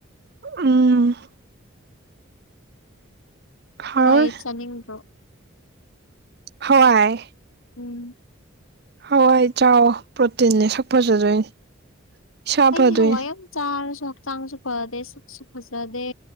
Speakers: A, on the right; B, on the left.
A: ꯎꯝ ꯍꯥꯎꯋꯦ
B: ꯍꯥꯋꯥꯏꯗꯤ ꯆꯥꯅꯤꯡꯗꯔꯣ
A: ꯍꯋꯥꯏ
B: ꯎꯝ
A: ꯍꯋꯥꯏ ꯆꯥꯎ ꯄ꯭ꯔꯣꯇꯤꯟꯅꯦ ꯁꯛ ꯐꯖꯗꯣꯏꯅꯤ ꯏꯁꯥ
B: ꯑꯩꯩꯅ
A: ꯐꯗꯣꯏꯅꯤ
B: ꯍꯋꯥꯏ ꯌꯥꯝ ꯆꯥꯔꯁꯨ ꯍꯛꯆꯥꯡꯁꯨ ꯐꯗꯦ ꯁꯛꯁꯨ ꯐꯖꯗꯦ